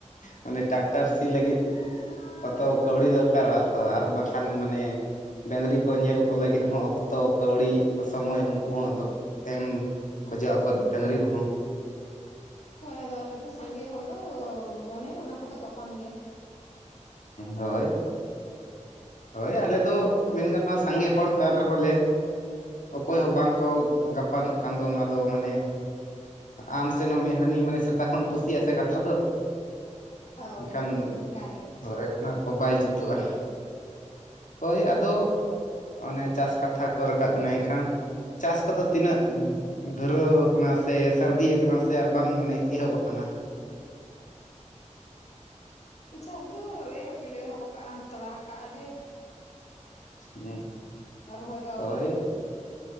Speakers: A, on the left; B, on the left.
A: ᱢᱟᱱᱮ ᱴᱨᱟᱠᱴᱟᱨ ᱥᱤ ᱞᱟᱹᱜᱤᱫ ᱛᱚ ᱠᱟᱹᱣᱲᱤ ᱫᱚᱨᱠᱟᱨᱚᱜᱼᱟ ᱛᱚ ᱟᱨ ᱵᱟᱠᱷᱟᱱ ᱢᱟᱱᱮ ᱰᱟᱹᱝᱨᱤ ᱠᱚ ᱧᱮᱞ ᱠᱚ ᱞᱟᱹᱜᱤᱫ ᱦᱚᱸ ᱚᱠᱛᱚ ᱠᱟᱹᱣᱰᱤ ᱥᱚᱢᱚᱭ ᱩᱱᱠᱩ ᱦᱚᱸ ᱮᱢ ᱠᱷᱚᱡᱚᱜ ᱟᱠᱚ ᱰᱟᱹᱝᱨᱤ ᱠᱚᱦᱚᱸ
B: ᱦᱳᱭ ᱟᱫᱚ ᱟᱞᱮ ᱫᱚ ᱥᱟᱸᱜᱮ ᱦᱚᱲ ᱫᱚ ᱢᱟᱱᱮ ᱚᱱᱟ ᱠᱚᱫᱚ ᱜᱟᱯᱟᱱ ᱜᱮᱭᱟ
A: ᱦᱳᱭ ᱦᱳᱭ ᱟᱞᱮ ᱫᱚ ᱢᱮᱱ ᱜᱟᱱᱚᱜᱼᱟ ᱥᱟᱸᱜᱮ ᱦᱚᱲ ᱠᱟᱱ ᱨᱮᱦᱚᱸ ᱞᱮ ᱚᱠᱚᱭ ᱦᱚᱸ ᱵᱟᱝᱠᱚ ᱜᱟᱯᱟᱱᱚᱜ ᱠᱟᱱ ᱫᱚ ᱚᱱᱟ ᱫᱚ ᱢᱟᱱᱮ ᱟᱢ ᱥᱮᱱᱚᱜ ᱢᱮ ᱦᱟᱹᱱᱤ ᱢᱟᱱᱮ ᱥᱮᱛᱟ ᱠᱷᱚᱱ ᱯᱩᱥᱤᱭᱟᱜ ᱥᱮ ᱠᱟᱛᱷᱟ ᱫᱚ
B: ᱦᱳᱭ
A: ᱮᱱᱠᱷᱟᱱ
B: ᱦᱳᱭ ᱚᱱᱠᱟ ᱜᱮ
A: ᱦᱳᱭ ᱚᱱᱟ ᱠᱚ ᱵᱟᱭ ᱡᱩᱛᱩᱜᱼᱟ ᱦᱳᱭ ᱟᱫᱚ ᱚᱱᱮ ᱪᱟᱥ ᱠᱟᱛᱷᱟ ᱠᱚ ᱨᱟᱠᱟᱵ ᱵᱮᱱᱟ ᱮᱱᱠᱷᱟᱱ ᱪᱟᱥ ᱠᱚᱫᱚ ᱛᱤᱱᱟᱹᱜ ᱫᱷᱩᱨᱟᱹᱣ ᱟᱠᱟᱱᱟ ᱥᱮ ᱥᱟᱹᱨᱫᱤᱭᱟ ᱟᱠᱟᱱᱟ ᱥᱮ ᱟᱨ ᱵᱟᱝ ᱢᱟᱱᱮ ᱮᱦᱚᱵ ᱟᱠᱟᱱᱟ
B: ᱪᱟᱥ ᱫᱚ ᱮᱦᱚᱵ ᱜᱮᱞᱮ ᱮᱦᱚᱵ ᱟᱠᱟᱟᱜᱼᱟ ᱛᱚᱲᱟ ᱠᱟᱜ ᱟᱞᱮ
A: ᱦᱮᱸ
B: ᱟᱨ ᱨᱚᱦᱚᱭ ᱫᱚ ᱟᱹᱣᱨᱤᱜᱼᱟ
A: ᱦᱳᱭ